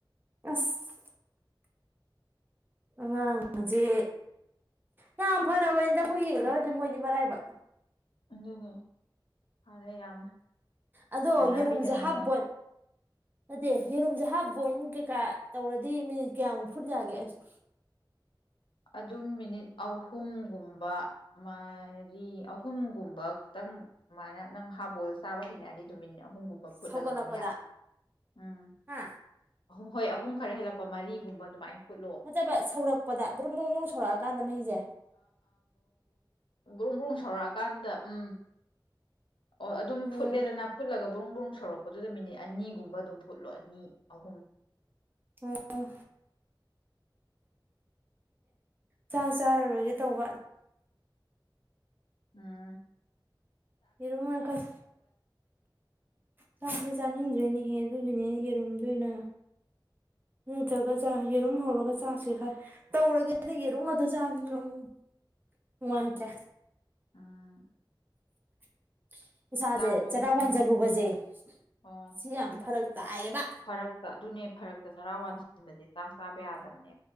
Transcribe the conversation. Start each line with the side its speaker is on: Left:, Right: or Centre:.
Right: ꯑꯥꯁ ꯑꯉꯥꯡꯁꯦ ꯌꯥꯝ ꯐꯔꯕꯅꯤꯗ ꯑꯩꯈꯣꯏ ꯌꯦꯡꯅꯂꯒꯗꯤ ꯃꯣꯏꯗꯤ ꯃꯔꯥꯏꯕꯛ
Left: ꯑꯗꯨꯅꯦ ꯑꯗ ꯌꯥꯝ
Right: ꯑꯗꯣ
Left: ꯁꯦꯟꯅꯕꯤꯗꯅ
Right: ꯌꯦꯔꯨꯝꯁꯦ ꯍꯥꯞꯄꯣꯏ
Left: ꯃꯣꯏꯗ
Right: ꯑꯗꯨꯗꯤ ꯌꯦꯔꯨꯝꯁꯦ ꯍꯥꯞ ꯕꯣꯏꯟ ꯀꯩꯀꯥ ꯇꯧꯔꯗꯤ ꯃꯤꯅꯤꯠ ꯀꯌꯥꯃꯨꯛ ꯐꯨꯠꯄꯥ ꯌꯥꯒꯦ ꯑꯥꯁ
Left: ꯑꯗꯨꯝ ꯃꯤꯅꯤꯠ ꯑꯍꯨꯝꯒꯨꯝꯕ ꯃꯔꯤ ꯑꯍꯨꯝꯒꯨꯝꯕ ꯈꯤꯇꯪ ꯑꯗꯨꯃꯥꯏꯅ ꯅꯪ ꯍꯥꯞꯕꯣꯜ ꯆꯥꯕ ꯍꯩꯅꯔꯗꯤ ꯑꯗꯨꯝ ꯃꯤꯅꯤꯠ ꯑꯍꯨꯝꯒꯨꯝꯕ ꯐꯨꯠꯂꯒꯥ
Right: ꯁꯧꯒꯠꯂꯛꯄꯗ
Left: ꯑꯗꯨꯝ ꯌꯥꯏ ꯎꯝ
Right: ꯍꯥ
Left: ꯑꯍꯨꯝ ꯍꯣꯏ ꯑꯍꯨꯝ ꯈꯔ ꯍꯦꯜꯂꯛꯄ ꯃꯔꯤꯒꯨꯝꯕ ꯑꯗꯨꯃꯥꯏꯅ ꯐꯨꯠꯂꯣ
Right: ꯐꯖꯅꯥ ꯁꯧꯔꯛꯄꯗ ꯕ꯭ꯔꯨꯡ ꯁꯧꯔꯛꯑꯀꯥꯟꯗ ꯃꯍꯁꯦ
Left: ꯕ꯭ꯔꯨꯝ ꯕ꯭ꯔꯨꯡ ꯁꯧꯔꯛꯑꯀꯥꯟꯗ ꯎꯨꯝ ꯑꯣ ꯑꯗꯨꯝ
Right: ꯎꯝ
Left: ꯐꯨꯠꯦꯗꯅ ꯐꯨꯠꯂꯒ ꯄꯕꯨꯡ ꯕꯨꯡ ꯁꯧꯔꯛꯄꯗꯨꯗ ꯃꯤꯅꯤꯠ ꯑꯅꯤꯒꯨꯝꯕ ꯑꯗꯨꯝ ꯐꯨꯠꯂꯣ ꯑꯅꯤ ꯑꯍꯨꯝ
Right: ꯑꯣ ꯑꯣ ꯆꯥꯛ ꯆꯥꯔꯔꯣꯏꯒꯦ ꯇꯧꯕ
Left: ꯎꯨꯝ
Right: ꯌꯦꯔꯨꯝ ꯑꯣꯏꯅ ꯈꯔ ꯆꯥꯛꯁꯦ ꯆꯅꯤꯗ꯭ꯔꯦꯅꯤꯍꯦ ꯑꯗꯨꯒꯤꯅꯦ ꯌꯦꯔꯨꯝꯗ ꯑꯣꯏꯅ ꯅꯠꯇ꯭ꯔꯒ ꯆ ꯌꯦꯔꯨꯝ ꯍꯧꯔꯒ ꯆꯥꯁꯤ ꯈꯔ ꯇꯧꯔꯒꯦꯗ ꯌꯦꯔꯨꯝ ꯉꯥꯛꯇ ꯆꯥꯕꯤ ꯅꯨꯡꯉꯥꯏꯇ꯭ꯔꯦ
Left: ꯎꯝ
Right: <inaudible> ꯏꯁꯥꯁꯦ
Left: ꯆꯥꯛꯇꯣ
Right: ꯆꯔ
Left: ꯄꯨꯡ
Right: ꯋꯥꯟꯁꯤꯜꯂꯨꯕꯁꯦ
Left: ꯑꯣ
Right: ꯁꯤ ꯌꯥꯝ ꯐꯔꯛ ꯇꯥꯏꯌꯦꯕ
Left: ꯐꯔꯛꯇ ꯑꯗꯨꯅꯦ ꯐꯔꯛꯇ ꯆꯔꯥ ꯋꯥꯟꯁꯤꯟꯕꯗꯤ ꯁꯥꯕꯦ ꯌꯥꯗꯝꯅꯦ